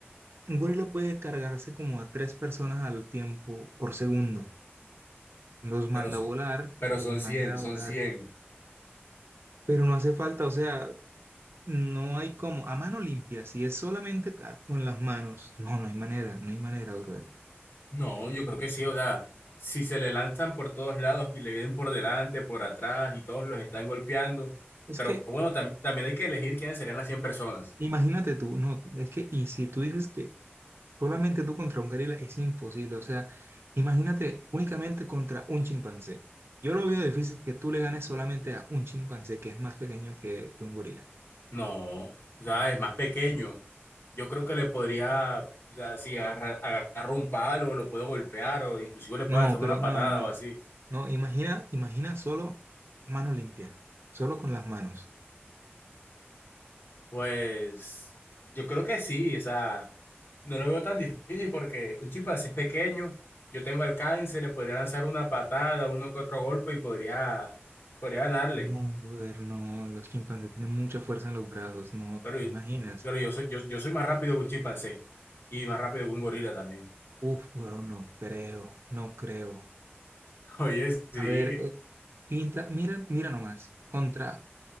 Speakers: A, on the right; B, on the left.
A: un gorila puede cargarse como a tres personas al tiempo por segundo? Los manda
B: pero, s-
A: a volar,
B: pero
A: los
B: son
A: manda
B: 100,
A: a
B: son
A: volar.
B: 100.
A: Pero no hace falta, o sea, no hay como, a mano limpia, si es solamente ca- con las manos, no, no hay manera, no hay manera, brother.
B: No, yo creo que sí, o sea, si se le lanzan por todos lados y le vienen por delante, por atrás y todos los están golpeando,
A: Es
B: pero
A: que,
B: bueno, tam- también hay que elegir quiénes serían las cien personas.
A: imagínate tú, no, es que, y si tú dices que solamente tú contra un gorila es imposible, o sea, imagínate únicamente contra un chimpancé. Yo lo veo difícil que tú le ganes solamente a un chimpancé que es más pequeño que que un gorila.
B: No, o sea, es más pequeño. Yo creo que le podría, o sea, si agarra- agarro un palo, lo puedo golpear o inclusive le pueden
A: No,
B: hacer una
A: pero
B: patada
A: no, no, no,
B: o así.
A: no, imagina, imagina solo mano limpia, solo con las manos.
B: Pues yo creo que sí, o sea. No lo veo tan difícil porque un chimpancé es pequeño, yo tengo alcance, le podría lanzar una patada, uno que otro golpe y podría, podría ganarle.
A: No, brother, no, los chimpancés tienen mucha fuerza en los brazos, no
B: Pero,
A: te imaginas.
B: pero yo soy, yo, yo soy más rápido que un chimpancé y más rápido que un gorila también.
A: Uf, bro, no creo, no creo.
B: <laughs> Oye, sí,
A: A ver, eh, pinta, mira, mira nomás, contra